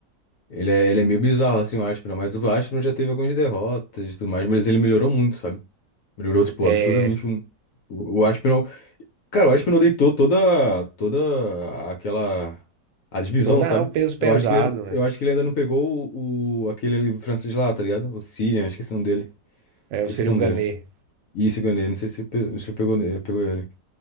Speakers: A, on the left; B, on the right.
A: Ele é, ele é meio bizarro, assim, o Aspinall, mas o Aspinall já teve algumas derrotas e tudo mais, mas ele melhorou muito, sabe? Melhorou, tipo,
B: É,
A: absurdamente. O, o Aspinall Cara, o Ashman deitou toda, toda aquela a divisão,
B: toda
A: sabe?
B: o peso
A: Eu
B: pesado,
A: acho que ele,
B: né?
A: eu acho que ele ainda não pegou o, o- aquele francês lá, tá ligado? O Sirian, esqueci o nome dele.
B: É, eu
A: Esqueci
B: seria
A: o nome
B: o Gané.
A: dele. E esse Gandhi, não sei se, pe- se pegou, ne- pegou ele.